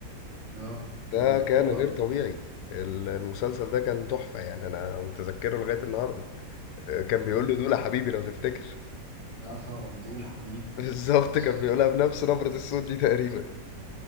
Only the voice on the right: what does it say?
اه
كان حلو
أوي.
اه
لا طبعا دول حبيبي
يخص